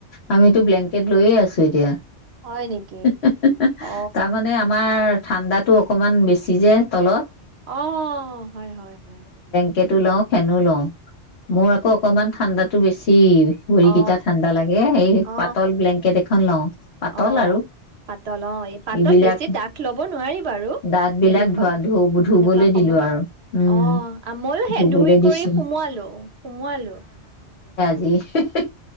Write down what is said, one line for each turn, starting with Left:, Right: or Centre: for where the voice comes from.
Left: আমিতো ব্লেংকেট লৈয়ে আছো এতিয়া।
Right: হয় নেকি
Left: হি হি হি
Right: অ
Left: তাৰমানে আমাৰ ঠাণ্ডাটো অকণমান বেছি যে তলত।
Right: অ, হয়-হয়-হয়।
Left: কেটো লওঁ ফেনো লওঁ মোৰ আকৌ অকনমান ঠাণ্ডাত তো বেচ টিল ভৰিকেইটা
Right: অ
Left: ঠাণ্ডা লাগে, এই
Right: অ
Left: পাতল ব্লেংকেট এখন লওঁ। পাতল
Right: অ
Left: আৰু।
Right: পাতল অ', এই পাতল
Left: এইবিলাক
Right: বেছি ডাঠ লব নোৱাৰি বাৰু
Left: দাঁত বিলাক
Right: এনেকুৱা,
Left: ধোৱা ধু ধুবলৈ
Right: এনেকুৱা সময়ত
Left: দিলো আৰু উম
Right: অ' মইও
Left: ধুবলৈ
Right: সেই ধুই
Left: দিছো
Right: কৰি সুমুৱালোঁ সুমুৱালোঁ।
Left: এইচ হি হি আ